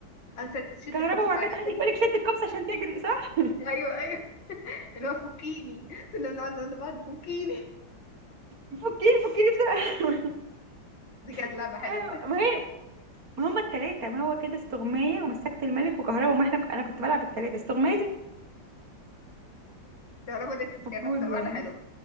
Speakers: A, on the left; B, on the right.
A: اه شد
B: كهرباء
A: الكوبس بتاع
B: وبعد كده
A: الكوبس.
B: حد يجي يقول لك شد الكوبس عشان تجري صح؟
A: ايوه ايوه اللي هو فكيني كنا بنقعد نقول لبعض فكيني
B: فكيني فكيني بسرعة
A: دي كانت لعبة
B: <laughs>
A: حلوة
B: ايوه ما هي ما هما التلاتة ما هو كده استغماية ومسكت الملك وكهرباء وما احنا انا كنت بلعب التلاتة استغماية دي
A: الكهرباء دي كانت
B: المفروض
A: أكتر واحدة
B: يعني
A: حلوة